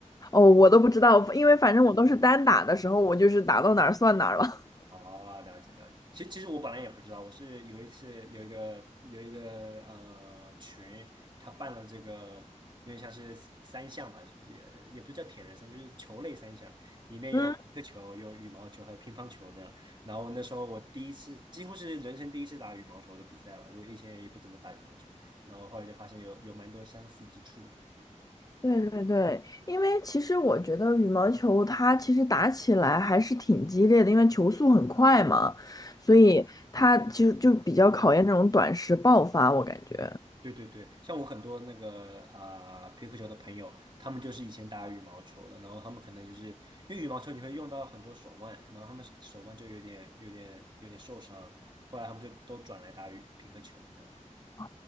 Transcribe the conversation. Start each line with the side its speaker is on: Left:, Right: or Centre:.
Left: 哦，我都不知道，因为反正我都是单打的时候，我就是打到哪儿算哪儿了。
Right: 哦，了解了解。其实其实我本来也不知道，我是有一次有一个有一个呃群，他办了这个因为像是三项吧，也也不是叫铁人三项，就是球类三项，里面有皮克球、
Left: <laughs> 嗯。
Right: 有羽毛球还有乒乓球这样。然后那时候我第一次，几乎是人生第一次打羽毛球的比赛吧，因为以前也不怎么打羽毛球，然后后来就发现有有蛮多相似之处的。嗯
Left: 对对对，因为其实我觉得羽毛球它其实打起来还是挺激烈的，因为球速很快嘛，所以它其实就比较考验这种短时爆发，我感觉。
Right: 对对对，像我很多那个啊、呃、皮克球的朋友，他们就是以前打羽毛球的，然后他们可能就是因为羽毛球你会用到很多手腕，然后他们手手腕就有点有点有点受伤，后来他们就都转来打羽皮克球这样。
Left: 哦，